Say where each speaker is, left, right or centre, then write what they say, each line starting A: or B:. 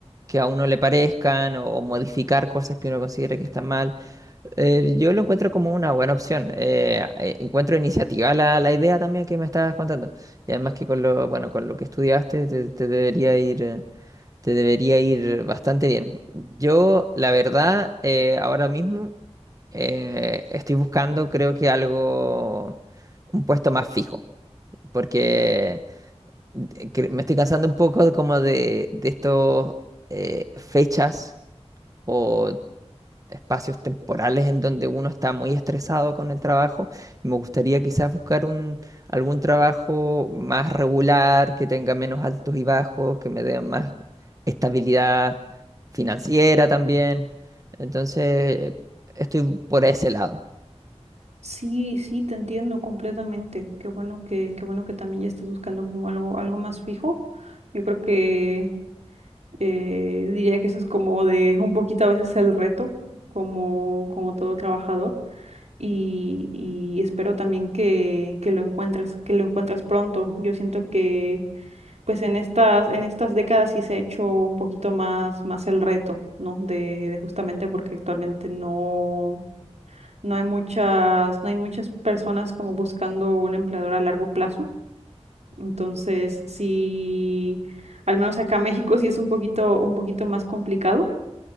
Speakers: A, on the right; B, on the right.
A: que a uno le parezcan o, o modificar cosas que uno considere que están mal. Eh, yo lo encuentro como una buena opción. Eh, eh, encuentro iniciativa la, la idea también que me estabas contando. Y además que con lo, bueno, con lo que estudiaste te, te debería ir, eh, te debería ir bastante bien. Yo, la verdad, eh, ahora mismo eh, estoy buscando, creo que algo, un puesto más fijo. Porque de- que me estoy cansando un poco de como de, de estos eh, fechas o espacios temporales en donde uno está muy estresado con el trabajo. Me gustaría quizás buscar un, algún trabajo más regular, que tenga menos altos y bajos, que me dé más estabilidad financiera también. Entonces, estoy por ese lado.
B: Sí, sí, te entiendo completamente. Qué bueno que, qué bueno que también ya estás buscando como algo, algo más fijo. Yo creo que eh, diría que eso es como de un poquito a veces el reto, como, como todo trabajador. Y, y espero también que, que lo encuentres, que lo encuentres pronto. Yo siento que pues en estas, en estas décadas sí se ha hecho un poquito más, más el reto, ¿no? De, de justamente porque actualmente no. No hay muchas, no hay muchas personas como buscando un empleador a largo plazo. Entonces, sí, al menos acá en México sí es un poquito, un poquito más complicado,